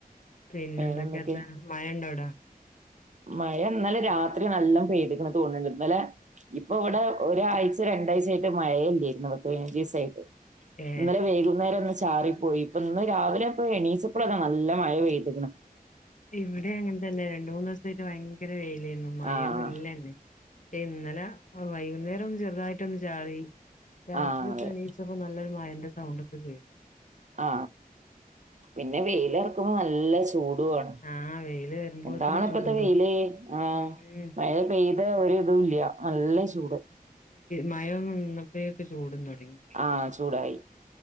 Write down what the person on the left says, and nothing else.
പിന്നെ
എന്തൊക്കെയാ അത്താഴം മഴ ഉണ്ടോ അവിടെ
ഏ
ഇവിടെ അങ്ങനെ തന്നെ രണ്ട് മൂന്ന് ദിവസ് സായിട്ട് ഭയങ്കര വെയില് ഇല്ലായിരുന്നു മഴയൊന്നും
ഇല്ലന്നെ ഇന്നലെ വൈകുന്നേരം ഒന്ന് ചെറുതായിട്ടൊന്ന് ചാറി രാത്രിയൊക്കെ
എണീച്ചപ്പോ നല്ലൊരു മായന്റെ സൗണ്ട് ഒക്കെ കേട്ട്
ആഹ് വെയില് വരുമ്പോത്തിന്
ചൂടും
ഉം
മയ ഒന്ന് നിന്നപ്പഴേക്ക് ചൂടും തൊട